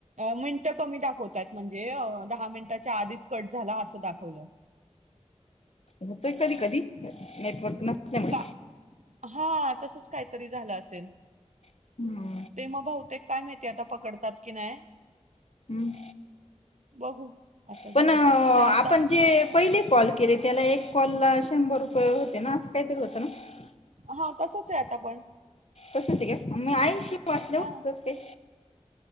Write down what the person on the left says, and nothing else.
होतोय कधी कधी नेटवर्क नसल्यामुळे
हम्म
हं
पण आपण
जे पहिले कॉल केले त्याला एक कॉलला शंभर रुपये होते ना असं काहीतरी होतं ना
तसच आहे का म ऐंशी वासलव
नस्ते